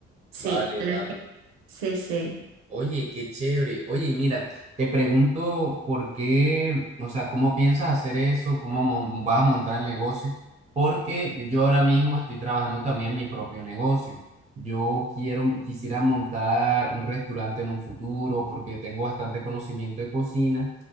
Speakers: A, on the right; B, on the right.
A: sí,
B: vale,
A: la
B: vale.
A: gen- sí, sí.
B: Oye, qué chévere. Oye, y mira, te pregunto por qué, o sea, cómo piensas hacer eso, cómo mo- vas a montar el negocio, porque yo ahora mismo estoy trabajando también en mi propio negocio. Yo quiero, quisiera montar un restaurante en un futuro porque tengo bastante conocimiento de cocina.